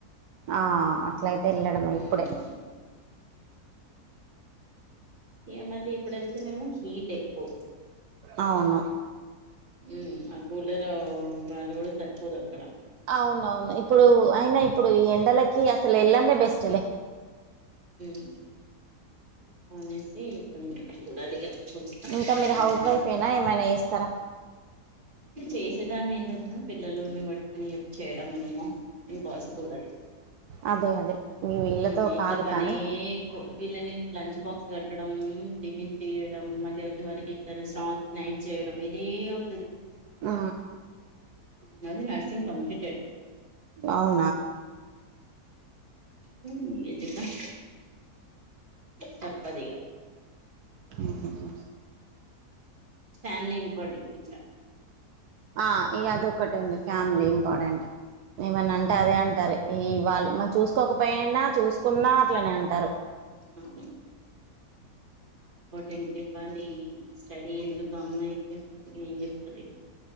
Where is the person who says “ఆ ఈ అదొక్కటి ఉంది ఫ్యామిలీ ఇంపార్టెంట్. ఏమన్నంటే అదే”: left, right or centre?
Right